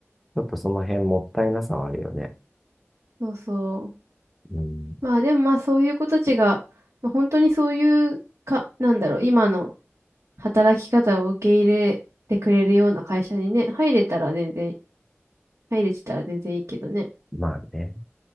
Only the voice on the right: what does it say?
そうそう。
まあでもまあそういう子たちが、まあ、本当にそういうか、なんだろう、今の働き方を受け入れてくれるような会社にね、入れたら全然入れてたら全然いいけどね。